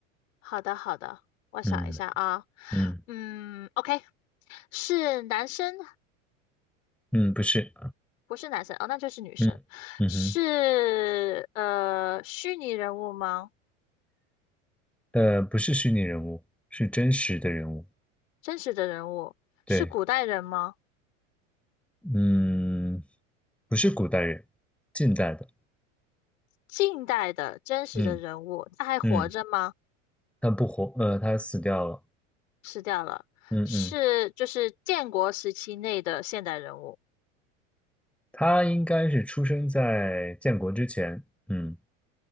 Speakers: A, on the left (about 70°); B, in the centre.
A: 好的好的，我想一下啊。
B: 嗯嗯
A: 嗯，OK，是男生，
B: 嗯，不是，
A: 不是男生哦，那就是女生。
B: 嗯嗯哼，
A: 是呃，虚拟人物吗？
B: 呃，不是虚拟人物，是真实的人物。
A: 真实的人物？
B: 对，
A: 是古代人吗？
B: 嗯，不是古代人，近代的，
A: 近代的真实的人物，
B: 嗯
A: 他还活着吗？
B: 嗯，他不活，呃，他死掉了，
A: 失掉了，
B: 嗯嗯，
A: 是就是建国时期内的现代人物，
B: 他应该是出生在建国之前，嗯，